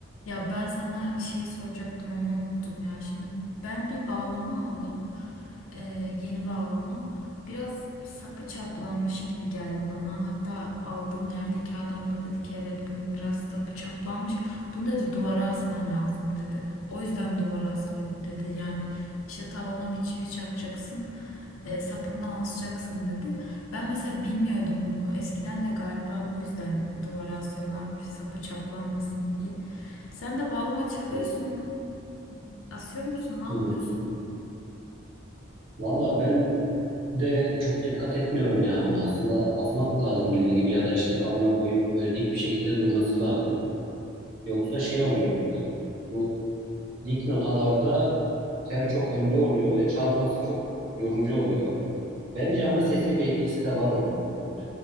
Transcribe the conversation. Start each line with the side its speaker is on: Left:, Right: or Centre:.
Left: Ya ben sana şey soracaktım onu unuttum ya. Şimdi ben bir bağlama aldım. Ee, yeni bağlamam. Biraz sapı çaplanmış gibi geldi bana. Hatta aldığım yerdeki adam da dedi ki evet bunun biraz sapı çaplanmış. Bunu dedi duvara asman lazım dedi. O yüzden duvara asılıyor bu dedi. Yani işte tavana bir çivi çakacaksın. e, sapından asacaksın dedi. Ben mesela bilmiyordum bunu. Eskiden de galiba bu yüzden duvara asıyorlarmış sapı çaplanmasın diye. Sen de bağlama çalıyorsun.
Right: Hı hı.
Left: Asıyor musun? Ne yapıyorsun?
Right: hı. Valla ben de çok dikkat etmiyorum ya onu. Aslında asmak lazım dediğin gibi ya da işte kabına koyup böyle dik bir şekilde durması lazım. Yoksa şey oluyor. e, Bu dik notalarda tel çok önde oluyor ve çalması çok yorucu oluyor. Bence ama sese bir etkisi de var onun. E,